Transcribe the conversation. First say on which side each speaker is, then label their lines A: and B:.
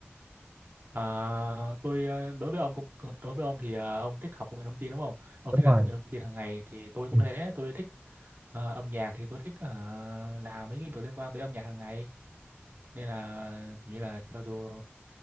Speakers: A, on the right (about 50°); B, on the right (about 25°).
A: ờ, tôi ờ, đối với ông công đối với ông thì ờ, ông thích học công nghệ thông tin đúng không ông
B: đúng
A: thích làm
B: rồi
A: công nghệ thông tin hàng ngày thì tôi cũng
B: ừ.
A: thế tôi thích ờ, âm nhạc thì tôi thích ờ, làm mấy cái việc liên quan tới âm nhạc hàng ngày nên là kiểu như là cho dù